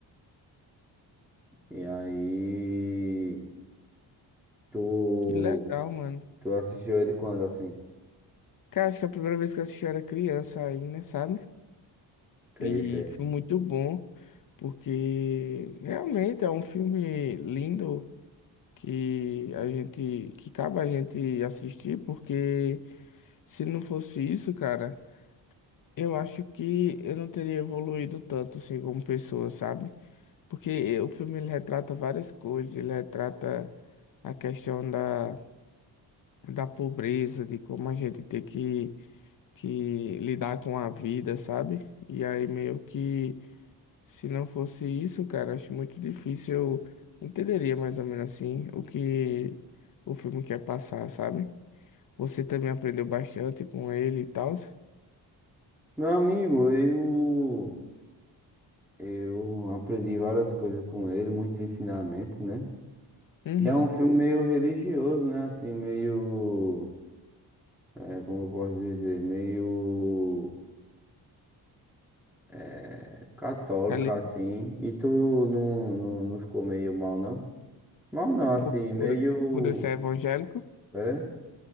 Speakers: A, in the centre; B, on the left (about 45°).
A: E aí, tu,
B: Que legal, mano.
A: tu assistiu ele quando, assim?
B: Cara, acho que a primeira vez que eu assisti eu era criança ainda, sabe?
A: Sei,
B: E
A: sei.
B: foi muito bom, porque realmente é um filme lindo que a gente, que cabe a gente assistir, porque se não fosse isso, cara, eu acho que eu não teria evoluído tanto assim como pessoa, sabe? Porque eh, o filme ele retrata várias coisas, ele retrata a questão da, da pobreza, de como a gente tem que que lidar com a vida, sabe? E aí meio que se não fosse isso, cara, acho muito difícil eu entenderia mais ou menos assim o que o filme quer passar, sabe? Você também aprendeu bastante com ele e tal.
A: Meu amigo, eu, eu aprendi várias coisas com ele, muitos ensinamentos, né?
B: Uhum.
A: E é um filme meio religioso, né? Assim, meio, é, como eu posso dizer, meio É, Católico,
B: Ali
A: assim. E tu não, não, não ficou meio mal, não? Mal não, assim,
B: por,
A: meio.
B: por, por eu ser evangélico.
A: É?